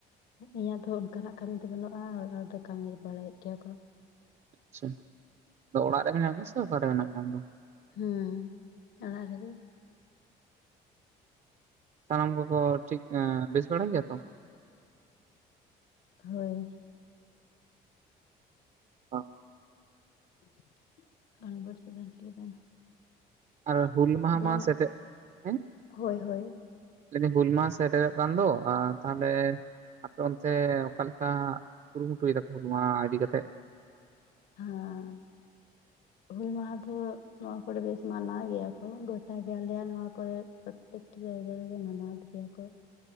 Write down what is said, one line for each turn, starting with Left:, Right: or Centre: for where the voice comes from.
Left: ᱤᱧᱟᱹᱜ ᱫᱚ ᱚᱱᱠᱟᱱᱟᱜ ᱠᱟᱹᱢᱤ ᱫᱚ ᱵᱟᱹᱱᱩᱜᱼᱟ ᱦᱚᱲ ᱦᱚᱲ ᱫᱚ ᱠᱟᱹᱢᱤ ᱵᱟᱲᱟᱭᱮᱫ ᱜᱮᱭᱟ ᱠᱚ᱾
Right: ᱟᱪᱪᱷᱟ᱾ ᱟᱫᱚ ᱚᱲᱟᱜ ᱨᱮ ᱢᱮᱱᱟᱜ ᱢᱮᱭᱟ ᱥᱮ ᱚᱠᱟᱨᱮ ᱢᱮᱱᱟᱜ ᱢᱮᱭᱟ ᱟᱢ ᱫᱚ?
Left: ᱦᱩᱸ ᱚᱲᱟᱜ ᱨᱮᱜᱮ᱾
Right: ᱥᱟᱱᱟᱢ ᱠᱚᱠᱚ ᱴᱷᱤᱠ ᱮᱸ ᱵᱮᱥ ᱵᱟᱲᱟ ᱜᱮᱭᱟ ᱛᱚ?
Left: ᱦᱳᱭ᱾
Right: <unintelligible>
Left: <unintelligible>
Right: ᱟᱨ ᱦᱩᱞ ᱢᱟᱦᱟ
Left: ᱡᱟᱦᱟᱱᱟᱜ
Right: ᱢᱟ ᱥᱮᱴᱮ ᱦᱮᱸ?
Left: ᱦᱳᱭ ᱦᱳᱭ
Right: ᱞᱟᱹᱭ ᱫᱟᱹᱧ ᱦᱩᱞ ᱢᱟᱦᱟ ᱥᱮᱴᱮᱨᱚᱜ ᱠᱟᱱ ᱫᱚ ᱟ ᱛᱟᱦᱞᱮ ᱟᱯᱮ ᱚᱱᱛᱮ ᱚᱠᱟᱮᱠᱟ ᱠᱩᱨᱩᱢᱩᱴᱩᱭ ᱫᱟᱠᱚ ᱦᱩᱞ ᱢᱟᱦᱟ ᱤᱫᱤ ᱠᱟᱛᱮᱜ᱾
Left: ᱦᱟᱸ ᱦᱩᱞ ᱢᱟᱦᱟ ᱡᱟᱦᱟ ᱫᱚ ᱱᱚᱣᱟ ᱠᱚᱨᱮ ᱵᱮᱥ ᱢᱟᱱᱟᱣ ᱜᱮᱭᱟ ᱠᱚ ᱜᱚᱴᱟ ᱜᱮ ᱟᱞᱮᱭᱟ ᱱᱚᱣᱟ ᱠᱚᱨᱮᱫ᱾ ᱯᱨᱚᱛᱮᱠᱴᱤ ᱡᱟᱭᱜᱟ ᱨᱮᱜᱮ ᱢᱟᱱᱟᱣ ᱜᱮᱭᱟᱠᱚ᱾